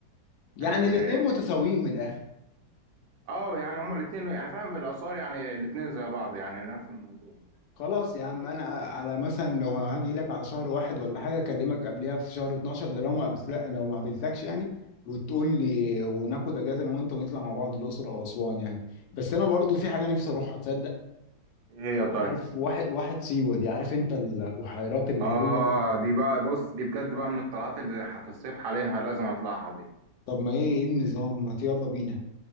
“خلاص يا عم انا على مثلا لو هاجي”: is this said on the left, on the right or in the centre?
Left